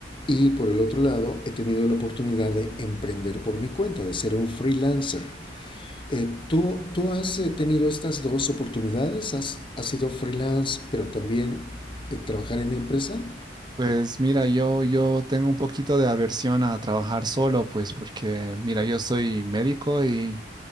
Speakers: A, on the left; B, on the right.
A: y por el otro lado he tenido la oportunidad de emprender por mi cuenta, de ser un freelancer. Eh, ¿tú, ¿Tú has eh, tenido estas dos oportunidades? ¿Has, has sido freelance pero también eh, trabajar en empresa?
B: Pues mira, yo, yo tengo un poquito de aversión a trabajar solo, pues porque mira, yo soy médico y...